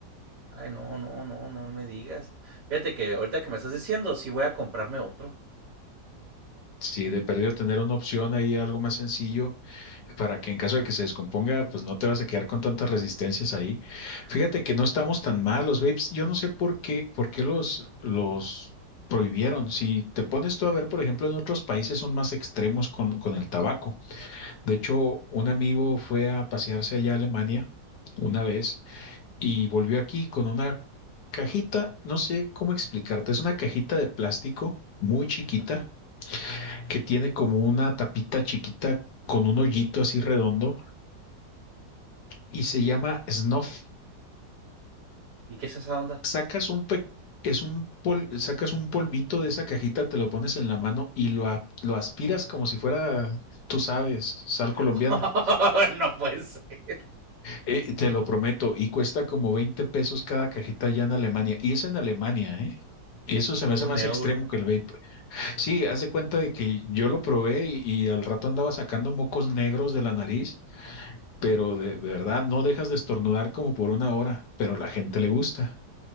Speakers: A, on the right; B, on the left.
A: Ay, no, no, no, no me digas. Fíjate que ahorita que me estás diciendo, sí voy a comprarme otro.
B: Si de perdido tener una opción ahí, algo más sencillo, para que en
A: Ajá.
B: caso de que se descomponga, pues no te vas a quedar con tantas resistencias ahí. Fíjate que no estamos tan mal, los vapes. Yo no sé por qué, por qué los, los prohibieron. Si te pones tú a ver, por ejemplo, en otros países son más extremos con, con el tabaco. De hecho, un amigo fue a pasearse allá a Alemania una vez y volvió aquí con una cajita, no sé cómo explicarte, es una cajita de plástico muy chiquita
A: ujú.
B: que tiene como una tapita chiquita con un hoyito así redondo y se llama snuff.
A: ¿Y qué es esa onda?
B: Sacas un pe- es un pol- sacas un polvito de esa cajita, te lo pones en la mano y lo, a- lo aspiras como si fuera, tú sabes, sal colombiana.
A: <laughs> no puede ser.
B: Eh, te lo prometo, y cuesta como 20 pesos cada cajita allá en Alemania. Y es en Alemania, ¿eh? Eso se me
A: Un
B: hace más
A: euro.
B: extremo
A: <laughs>
B: que el vape. Sí, haz de cuenta de que yo lo probé y, y al rato andaba sacando mocos negros de la nariz, pero de verdad no dejas de estornudar como por una hora, pero a la gente le gusta.